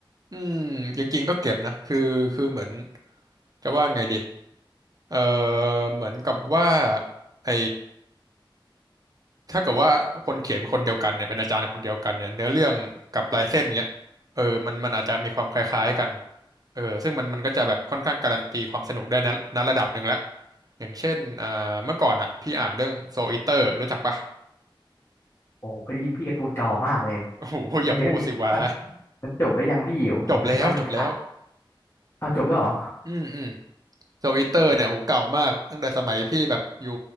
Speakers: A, on the right (about 45°); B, on the left (about 30°).
A: อืมจริงๆก็เก็บนะคือคือเหมือนจะว่าไงดีเออเหมือนกับว่าไอถ้าเกิดว่าคนเขียนเป็นคนเดียวกันเนี่ยเป็นอาจารย์คนเดียวกันเนี่ยเนื้อเรื่องกับลายเส้นเนี้ยเออมันมันอาจจะมีความคล้ายๆกันเออซึ่งมันมันก็จะแบบค่อนข้างการันตีความสนุกได้นะณระดับหนึ่งแล้วอย่างเช่นอ่าเมื่อก่อนอ่ะพี่อ่านเรื่องโซอิเตอร์รู้จักปะ
B: โอ้เคยได้ยินพี่การ์ตูนเก่ามากเลย
A: โอ้โหอย่าพูดสิวะ
B: เดี๋ยวนี้มันมันจบแล้วยังพี่ผมผมเห็นว่ามันขาด
A: <laughs> จบแล้วจบแล้ว
B: อ้าวจบแล้วเหรอ
A: อืมอืม โซอิเตอร์เนี่ยโหเก่ามากตั้งแต่สมัยพี่แบบอยู่